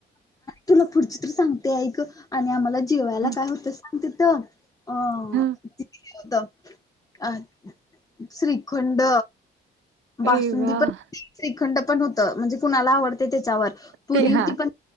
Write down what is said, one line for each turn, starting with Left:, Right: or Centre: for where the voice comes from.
Left: तुला पुढची तर सांगते ऐक आणि आम्हाला जेवायला
Right: हं,
Left: काय होत सांगतेथ अ
Right: हं.
Left: तिथ होत अ श्रीखंड. बासुंदी
Right: अरे वाह!
Left: पण श्रीखंड पण होत म्हणजे कुणाला आवडते त्याच्यावर परी
Right: ते
Left: होती
Right: हा
Left: पण.